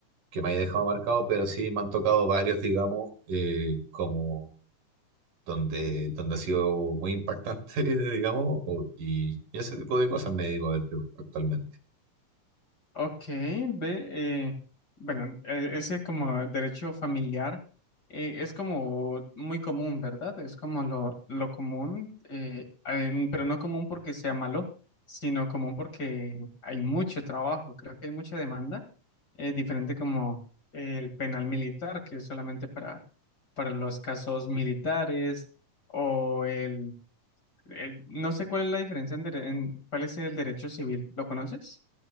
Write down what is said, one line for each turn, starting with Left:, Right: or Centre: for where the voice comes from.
Right: que me haya dejado marcado, pero sí me han tocado varios, digamos, eh, como donde, donde ha sido muy impactante, <laughs> digamos, o- y, y ese tipo de cosas me digo a ver yo actualmente.
Left: Ok, ve, eh, bueno, eh, ese como derecho familiar eh, es como muy común, ¿verdad? Es como lo, lo común, eh, en- pero no común porque sea malo, sino común porque hay mucho trabajo, creo que hay mucha demanda, eh, diferente como el penal militar, que es solamente para, para los casos militares o el, el- no sé cuál es la diferencia en, dere- en- cuál es el derecho civil, ¿lo conoces?